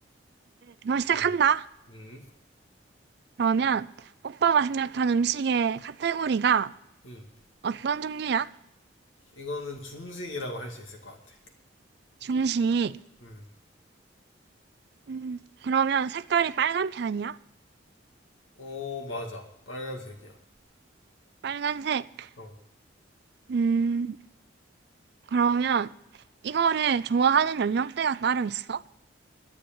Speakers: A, on the right (about 55°); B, on the left (about 85°).
A: 그럼 시작한다.
B: 음, 음,
A: 그러면 오빠가 생각한 음식의 카테고리가
B: 음.
A: 어떤 종류야?
B: 이거는 중식이라고 할 수 있을 것 같아.
A: 중식.
B: 음.
A: 음, 그러면 색깔이 빨간 편이야?
B: 어, 맞아. 빨간색이야.
A: 빨간색.
B: 어.
A: 음, 그러면 이거를 좋아하는 연령대가 따로 있어?